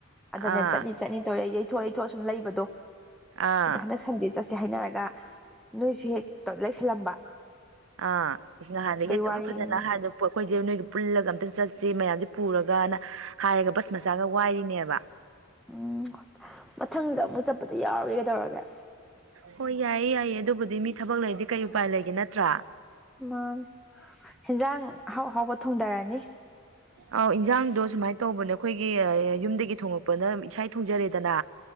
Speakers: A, in the centre; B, on the right (about 75°).
A: ꯑꯗꯅꯦ
B: ꯑꯥ
A: ꯆꯠꯂꯤ ꯆꯠꯅꯤ ꯇꯧꯔꯦ ꯑꯩ ꯌꯩꯊꯣꯛ ꯌꯩꯊꯣꯛꯑꯁꯨꯝ ꯂꯩꯕꯗꯣ
B: ꯑꯥ
A: ꯑꯗ ꯍꯟꯗꯛ ꯁꯟꯗꯦ ꯆꯠꯁꯦ ꯍꯥꯏꯅꯔꯒ ꯅꯣꯏꯁꯤ ꯇꯛ ꯂꯩꯁꯤꯜꯂꯝꯕ
B: ꯑ ꯅꯍꯥꯟꯗꯒꯤ ꯑꯗꯨꯝ
A: ꯋꯥꯔꯤꯅꯤꯁꯦ
B: ꯐꯖꯟꯅ ꯍꯥꯏꯗꯨ ꯑꯩꯈꯣꯏꯁꯦ ꯅꯣꯏꯒ ꯄꯨꯜꯂꯒ ꯑꯝꯇ ꯆꯠꯁꯦ ꯃꯌꯥꯝꯁꯦ ꯄꯨꯔꯒꯅ ꯍꯥꯏꯔꯒ ꯕꯁ ꯃꯆꯥꯒ ꯋꯥꯏꯔꯤꯅꯦꯕ
A: ꯎꯝ ꯃꯊꯪꯗ ꯑꯃꯨꯛ ꯆꯠꯄꯗ ꯌꯥꯎꯔꯒꯦ ꯀꯩꯗꯧꯔꯒꯦ
B: ꯍꯣꯏ ꯌꯥꯏꯌꯦ ꯌꯥꯏꯌꯦ ꯑꯗꯨꯕꯨꯗꯤ ꯃꯤ ꯊꯕꯛ ꯂꯩꯔꯗꯤ ꯀꯩ ꯎꯄꯥꯏ ꯂꯩꯒꯦ ꯅꯠꯇ꯭ꯔꯥ
A: ꯃꯥꯅꯦ ꯍꯦꯟꯖꯥꯡ ꯑꯍꯥꯎ ꯑꯍꯥꯎꯕ ꯊꯣꯡꯗꯔꯅꯤ
B: ꯑꯧ ꯏꯟꯖꯥꯡꯗꯣ ꯁꯨꯃꯥꯏꯅ ꯇꯧꯕꯅꯦ ꯑꯩꯈꯣꯏꯒꯤ ꯌꯨꯝꯗꯒꯤ ꯊꯣꯡꯉꯛꯄꯅ ꯏꯁꯥ ꯊꯣꯡꯖꯔꯦꯗꯅ